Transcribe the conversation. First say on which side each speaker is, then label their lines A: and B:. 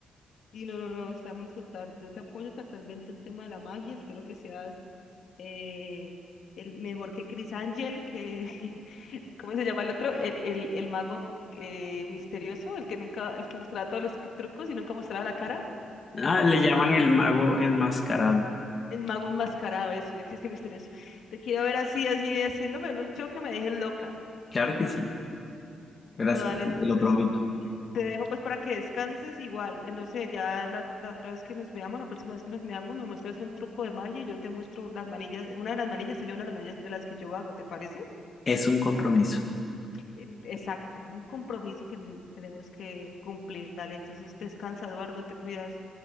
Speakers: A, on the left (about 65°); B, on the left (about 35°).
A: Y no, no, no, estamos total, yo te apoyo totalmente el tema de la magia, espero que seas eh, el mejor que Chris Angel, que, <laughs> ¿cómo se llama el otro? El, el, el mago eh, misterioso, el que nunca, el que mostraba todos los trucos y nunca mostraba la cara,
B: Ah, le
A: no sé
B: llaman
A: qué,
B: el mago enmascarado.
A: el mago enmascarado, eso, yo que es que misterioso. Te quiero ver así, así, haciéndome un show que me dejes loca,
B: Claro que sí, verás
A: total,
B: que sí,
A: entonces...
B: te lo prometo.
A: Te dejo pues para que descanses igual. eh, No sé, ya la, la otra vez que nos veamos, la próxima vez que nos veamos, me muestras un truco de magia y yo te muestro las manillas, una de las manillas, sería una de las manillas de las que yo hago, ¿te parece?
B: Es un compromiso.
A: Eh, Exacto, un compromiso que n- tenemos que cumplir. Dale, entonces descansa, Eduardo, te cuidas.